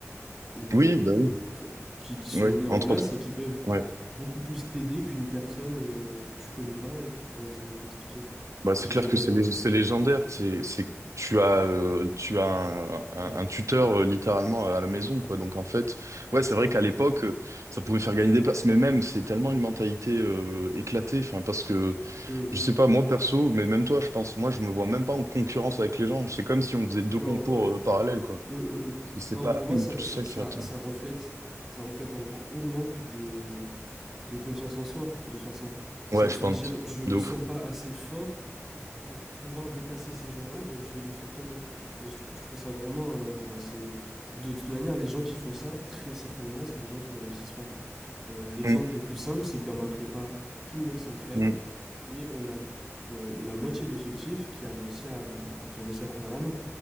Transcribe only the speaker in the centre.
ou
euh, de
enfin, qui, qui sont
mis en
place
et qui peuvent
beaucoup plus t'aider qu'une personne euh, que tu connais pas et qui pourrait te- t'expliquer quoi
et te
dire
de la
merde
aussi.
Hmm.
Non,
ouais.
Hmm, hmm, hmm.
Non,
pour moi
ça,
ça, ça,
ça reflète ça reflète un gros manque de de confiance en soi de faire ça. C'est
de
se
dire je me
sens pas assez fort pour pouvoir dépasser ces gens-là donc je vais les faire tomber. Mais je, trou- je trouve ça vraiment euh, enfin c'est de toute manière les gens qui font ça très certainement c'est des gens qui ne réussissent pas. Euh, l'exemple
le plus simple, c'est que dans ma prépa, tout le monde s'entraide
et on a euh, la moitié de l'effectif qui a réussi à qui a réussi la première année.